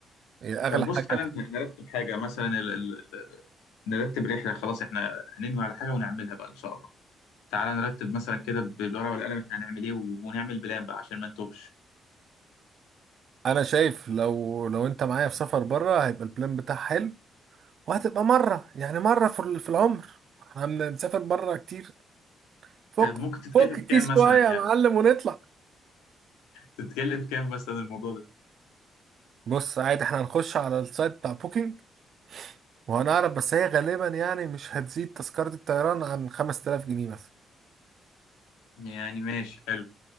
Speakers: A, on the right (about 60°); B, on the left (about 80°).
A: هي اغلى
B: طب بص
A: حاجه
B: تعالى نرتب حاجة مثلا ال... ال... ال... نرتب رحلة خلاص احنا هننوي على حاجة ونعملها بقى ان شاء الله تعالى نرتب مثلا كده بالورقة والقلم احنا هنعمل ايه ونعمل بلان بقى عشان ما نتوهش
A: انا شايف لو لو انت معايا في سفر بره هيبقى البلان بتاعها حلو وهتبقى مره يعني مره في ال- في العمر احنا بنسافر بره كتير فك
B: طب ممكن تتكلف
A: فك الكيس
B: كام مثلا
A: شويه
B: يعني
A: يا معلم ونطلع
B: تتكلف كام مثلا الموضوع ده
A: بص عادي احنا هنخش على السايت بتاع بوكينج وانا اعرف بس هي غالبا يعني مش هتزيد تذكرة الطيران عن 5000 جنيه مثلا
B: يعني ماشي حلو